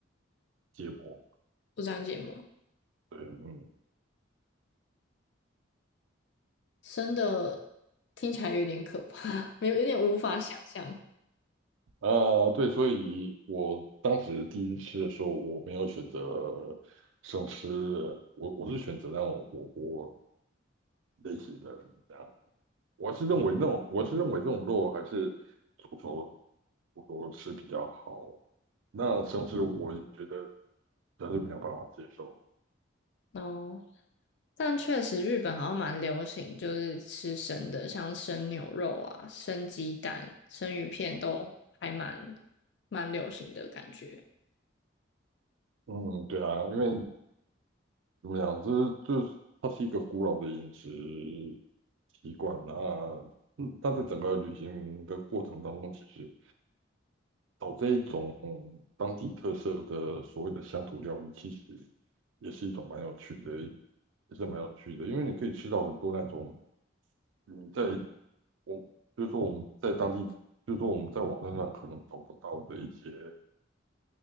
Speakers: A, on the right (about 80°); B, on the left (about 60°).
A: 芥末。
B: 不沾芥末，
A: 对，嗯，
B: 生的听起来有点可怕，<laughs> 没有有点无法想象。
A: 啊、对，所以我当时第一次吃的时候，我没有选择生吃的我我是选择那种火锅类型的，这样。我是认为那种，我是认为这种肉还是煮熟煮熟吃比较好。那生吃我也觉得实在是没有办法接受。
B: 哦，但确实日本好像蛮流行，就是吃生的，像生牛肉啊、生鸡蛋、生鱼片都还蛮蛮流行的感觉。
A: 嗯，对啊，因为怎么样？这就是它是一个古老的饮食习惯那嗯，但在整个旅行的过程当中，其实找这一种嗯当地特色的所谓的乡土料理，其实也是一种蛮有趣的，也是蛮有趣的，因为你可以吃到很多那种嗯，在我就是说我们在当地，就是说我们在网站上可能找不到的一些